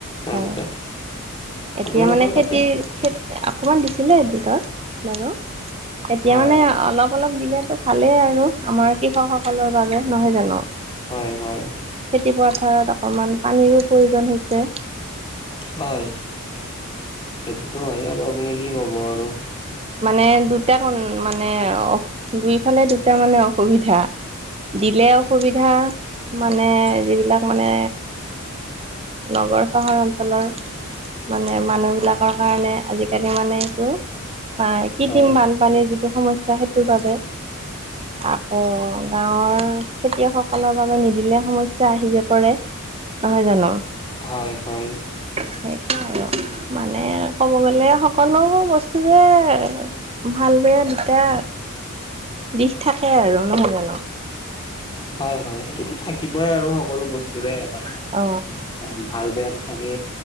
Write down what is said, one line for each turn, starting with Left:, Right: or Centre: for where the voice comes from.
Left: মাজতে
Right: হয়, এতিয়া
Left: আপোনালোকৰ
Right: মানে খেতিৰ
Left: তাতে
Right: খেতি অকণমান দিছিলে এদিনত বাৰু এতিয়া
Left: হয়
Right: মানে অলপ অলপ দিলেতো। ভালেই আৰু আমাৰ কৃষকসকলৰ বাবে নহয় জানো?
Left: হয়-হয়।
Right: খেতি পথাৰত অকণমান পানীৰো প্ৰয়োজন হৈছে।
Left: হয়, সেইটোতো হয় আৰু আপুনি কি ক'ব আৰু
Right: মানে দুটা কণ মানে দুইফালে দুটা মানে অসুবিধা। দিলে অসুবিধা মানে যিবিলাক মানে নগৰ - চহৰ অঞ্চলৰ মানে মানুহবিলাক তাৰ কাৰণে আজিকালি মানে এইটো বা কৃত্ৰিম
Left: হয়
Right: বান পানীৰ যিটো সমস্যা সেইটোৰ বাবে আকৌ গাঁৱৰ খেতিয়কসকলৰ বাবে নিদিলে সমস্যা আহি যে পৰে। নহয় জানো?
Left: হয় হয়।
Right: সেইটোৱে আৰু মানে ক'ব গ'লে সকলোবোৰ বস্তুয়ে ভাল বেয়া দুটা দিশ থাকে আৰু নহয় জানো?
Left: হয় হয় সেইটোতো থাকিবৈ আৰু সকলো বস বস্তুৰে এটা নহয়,
Right: অ
Left: ভাল বেয়াটো থাকে।